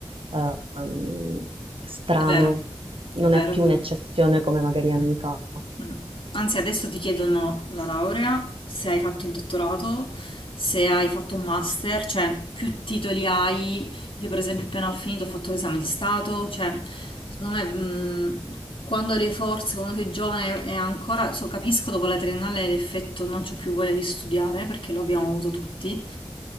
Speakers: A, on the right; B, on the left.
A: eh, um, strano,
B: è vero,
A: non
B: è vero,
A: è più
B: è vero.
A: un'eccezione come magari anni fa.
B: Mm. Anzi, adesso ti chiedono la laurea, se hai fatto il dottorato, se hai fatto un master, cioè più titoli hai. Io, per esempio, appena ho finito, ho fatto l'esame di Stato, cioè, secondo me, mm, quando hai le forze, quando sei giovane e ancora, so, capisco dopo la triennale l'effetto non c'ho più voglia di studiare, perché lo abbiamo avuto tutti,